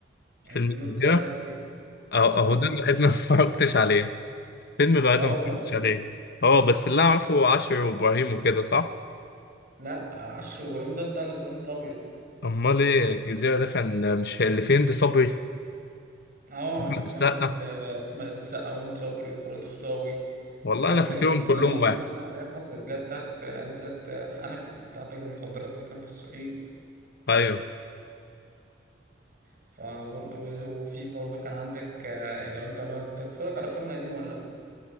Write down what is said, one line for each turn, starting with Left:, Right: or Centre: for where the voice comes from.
Right: يعني
Left: فيلم
Right: الناس
Left: الجزيره
Right: كلها شافته
Left: اهو
Right: اه
Left: أهو ده الوحيد اللي <laughs> ما اتفرجتش عليه فيلم الوحيد
Right: لا
Left: اللي
Right: والله
Left: ما اتفرجتش عليه اه بس اللي أنا اعرفه عشر وابراهيم وكده صح
Right: لا عشر وابراهيم ده بتاع الابراهيم الابيض
Left: امال ايه الجزيره ده كان مش اللي في هند صبري
Right: اه
Left: احمد
Right: كان
Left: السقا
Right: في احمد احمد السقا وهند صبري وخالد الصاوي
Left: والله
Right: اللي
Left: انا
Right: هو
Left: فاكرهم
Right: كان بيتكلم
Left: كلهم
Right: عن
Left: واحد
Right: قصه هي حصلت اللي هي بتاعت عزت حنفي بتاع تاجر المخدرات اللي كان في الصعيد
Left: ايوه
Right: فبرضه وفي برضه كان عندك آه، لو انت بقى تتفرج على الافلام القديمه ولا لا